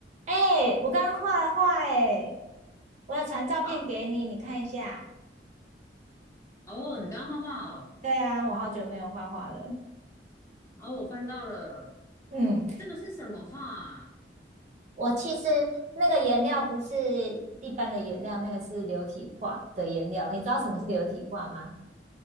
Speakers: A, on the right; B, on the left.
A: 哎、我刚画画哎，我有传照片给你，
B: 啊，
A: 你看一下。
B: 哦，你刚画画哦，
A: 对啊，我好久没有画画了。
B: 然后我翻到了，
A: 嗯，
B: 这个是什么画啊
A: 我其实那个颜料不是一般的颜料，那个是流体画的颜料。你知道什么是流体画吗？